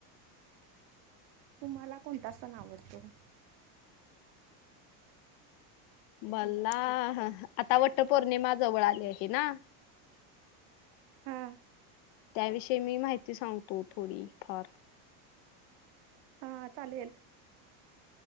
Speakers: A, on the right; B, on the left.
A: तुम्हाला कोणता सण आवडतो?
B: मला आता वट पौर्णिमा जवळ आली आहे ना?
A: हा.
B: त्याविषयी मी माहिती सांगतो थोडी फार
A: हा चालेल.